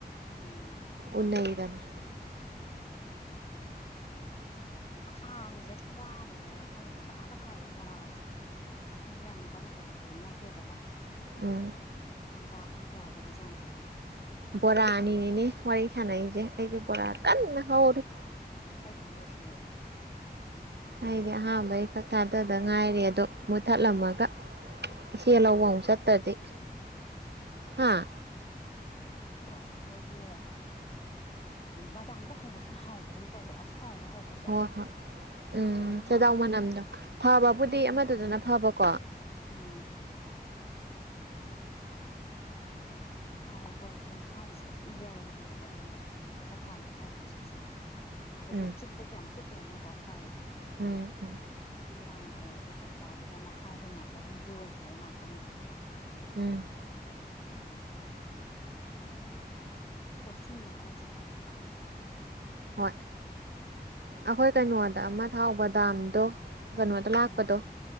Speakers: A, on the left; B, on the right.
A: ꯎꯝ
B: ꯎꯅꯏꯗꯅ
A: <inaudible> ꯈꯥꯡꯁꯦ ꯄꯥꯕ ꯌꯥꯔ ꯈꯥꯡꯗꯦ ꯀꯨꯡꯀꯥꯗ ꯀꯥꯏꯌꯦ ꯕꯣꯔꯥꯁꯦ ꯃꯃ ꯀꯥꯟꯅꯂ ꯀꯠꯇꯗꯅꯠꯇꯦꯕꯀꯣ
B: ꯎꯝ
A: ꯍ ꯄꯞꯁꯤ ꯌꯥꯗꯕ ꯆꯥꯟ
B: ꯕꯣꯔꯥ ꯑꯅꯤꯅꯦ ꯋꯥꯔꯤ ꯁꯥꯟꯅꯩꯁꯦ ꯑꯩꯁꯦ ꯕꯣꯔꯥ ꯀꯟꯅ ꯍꯧꯔꯤ
A: ꯂꯣꯁꯅꯦꯦ
B: ꯑꯩꯗꯤ ꯑꯍꯥꯝꯕꯩ ꯈꯛ ꯊꯥꯗꯗ ꯉꯥꯏꯔꯦ ꯑꯗꯣ ꯃꯨꯠꯊꯠꯂꯝꯃꯒ ꯏꯆꯦ ꯂꯧꯕ ꯆꯠꯇꯗꯤꯦ ꯍꯥꯥ
A: ꯭ꯔꯣ ꯑꯩꯈꯣꯏꯒꯤ ꯕꯗꯥꯝꯗ ꯍꯧꯕꯁꯤꯅ ꯍꯥꯎꯕꯒꯨꯝ ꯇꯧꯗ꯭ꯔꯣ ꯑ ꯇꯥꯎꯗ ꯍꯧꯕꯁꯦ
B: ꯍꯣꯏ ꯍꯣꯏ ꯎꯝ
A: ꯀꯩꯅꯣꯝꯃ
B: ꯆꯗꯥꯥꯎ ꯃꯅꯝꯗꯣ ꯐꯕꯕꯨꯗꯤ
A: ꯎꯝ
B: ꯑꯃꯗꯨꯗꯅ ꯐꯕꯀꯣ
A: ꯎꯝ ꯍꯥꯎꯕ ꯍꯥꯎꯁꯦ ꯌꯧꯗꯦꯕ ꯀꯩꯅꯣꯗ ꯑꯆꯥꯊꯥꯎꯗ ꯍꯧꯕꯁꯦ ꯁꯨꯝ ꯑꯗꯒꯤ
B: ꯎꯝ
A: ꯆꯨꯞꯄꯁꯨ ꯌꯥꯝ ꯆꯨꯞꯇ꯭ꯔꯕꯅꯦꯀꯣꯀꯥꯎꯂ ꯈꯤꯇꯪꯒ
B: ꯎꯝ ꯎꯝ
A: ꯌꯥꯝꯅ ꯍꯧꯔꯒꯦ ꯀꯣꯛꯇꯥꯛꯗꯨꯗ ꯃꯈꯥꯏ ꯑꯗꯨꯝꯃꯥꯏꯛꯇ ꯑꯗꯨꯝ ꯂꯣꯏ ꯍꯥꯏꯕ ꯉꯥꯛꯇꯪꯗꯣ
B: ꯎꯝ
A: ꯆꯂ ꯄꯣꯔꯁꯟꯅ ꯈꯔ ꯆꯨꯞꯇꯕꯔꯥ ꯈꯪꯗꯦ
B: ꯍꯣꯏ ꯑꯩꯈꯣꯏ ꯀꯩꯅꯣꯗ ꯑꯃ ꯊꯥꯎꯧꯕ ꯗꯥꯝꯗꯣ ꯀꯩꯅꯣꯗ ꯂꯥꯛꯄꯗꯣ
A: ꯎꯝ